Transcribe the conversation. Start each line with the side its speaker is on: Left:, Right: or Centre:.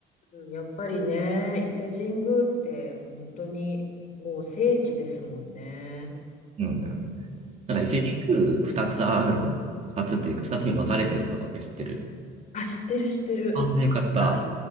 Left: うんやっぱりね、伊勢神宮って本当にもう聖地ですもんね。
Right: なんだよね。ただ、
Left: うん。
Right: 伊勢神宮二つあるの、二つっていうか、二つに分かれてることって知ってる
Left: あ、知ってる知ってる。
Right: あ、よかった。
Left: 内、